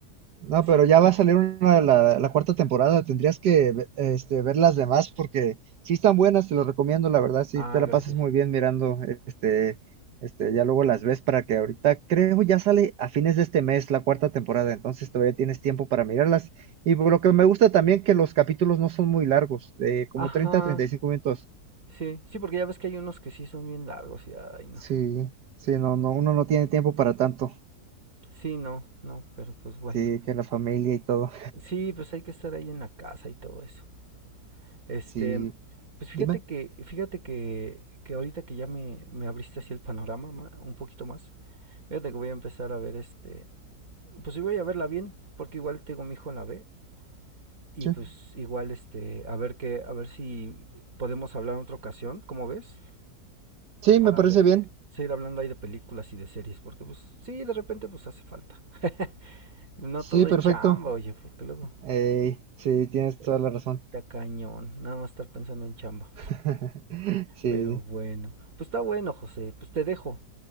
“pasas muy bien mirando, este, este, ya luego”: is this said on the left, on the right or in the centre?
Right